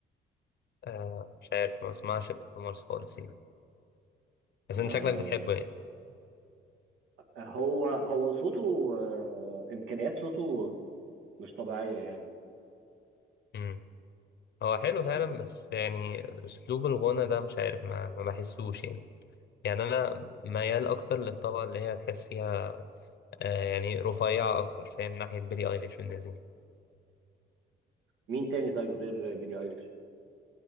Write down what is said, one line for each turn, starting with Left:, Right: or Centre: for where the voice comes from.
Left: آه مش عارف ما بسمعش الحمص خالص يعني بس
Right: ده
Left: انت شكلك بتحبه يعني
Right: هو هو صوته آه، امكانيات صوته مش طبيعيه يعني
Left: امم هو حلو
Right: يعني
Left: فعلا بس يعني اسلوب الغنى ده مش عارف ما, ما بحسوش يعني يعني انا ميال اكتر للطبقه اللي هي تحس فيها آه يعني رفيعه اكتر فاهم ناحيه بيلي ايليش والناس دي
Right: مين تاني طيب غير بيلي ايليش